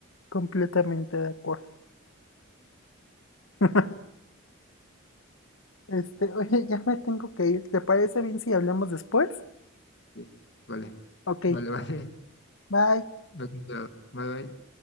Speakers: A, on the left; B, on the left.
A: completamente de acuerdo. <laughs> Este, oye, ya me tengo que ir. ¿Te parece bien si hablamos después?
B: Sí. Vale,
A: Ok,
B: vale, vale.
A: bye.
B: <laughs> Bye, bye.